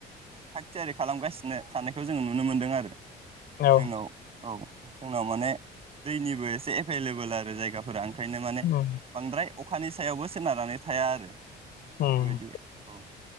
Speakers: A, on the right; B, on the left.
A: थाग थियारि खालामगासिनो थानायखौ जोङो नुनो मोन्दों आरो
B: औ
A: जोंनाव औ जोंनाव माने दैनिबो एसे एभेल लेबेल आरो जायगाफोरा ओं बेखायनो माने
B: उम
A: बांद्राय अखानि सायावबो सोनारनानै थाया आरो
B: उम
A: बेफोरबायदि औ